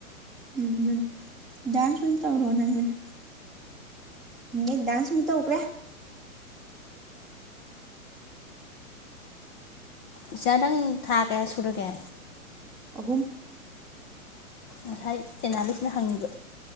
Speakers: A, in the centre; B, on the left (about 20°).
A: ꯎꯝ ꯑꯗꯨꯅ ꯗꯥꯟꯁ ꯑꯣꯏꯅ ꯇꯧꯔꯣ ꯅꯪ ꯑꯅ ꯑꯗꯨꯗꯩ ꯗꯥꯥꯟꯁ ꯑꯃꯨꯛ ꯇꯧꯒ꯭ꯔꯦ
B: ꯏꯆꯥꯅꯪ ꯊꯥ ꯀꯌꯥ ꯁꯨꯔꯒꯦ
A: ꯑꯍꯨꯝ
B: ꯉꯁꯥꯏ ꯑꯦꯅꯥꯂꯤꯁꯅ ꯍꯪꯉꯤꯕ